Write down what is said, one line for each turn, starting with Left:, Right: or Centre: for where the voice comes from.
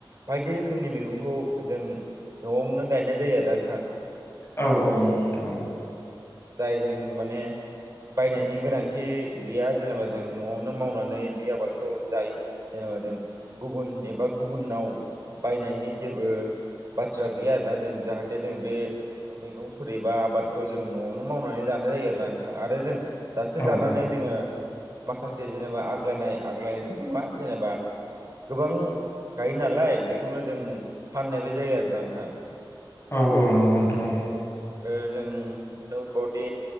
Right: बायदि रोखोमनि मैगंखौ जों न'आवनो गायनाय जायो आरोना नोंथां।
Left: औ औ नंगौ नोंथां औ।
Right: जायजों माने बायनायनि गोनांथि गैया जेनेबा जों न'आवनो मावनानै बे आबादखौ जायो जेन'बा ओ जों गुबुन एबा गुबुनाव बायनायनि जेबो बाथ्रा गैया आरोना जों जाहाथे जों बे मैगंफोर एबा आबादखौ जों न'आवनो मावनानै जानाय जायो आरो नथां आरो जों दासे
Left: औ
Right: जानानै
Left: औ
Right: जोङो माखासे जेनेबा आग्लायनाय आग्लायनायथ' नङा जेनेबा गोबां गायो नालाय बेखौनो जों फाननायबो जायो आरोना नोंथां।
Left: औ औ नंगौ नोंथां औ
Right: आरो जों नुनो मोनबावदि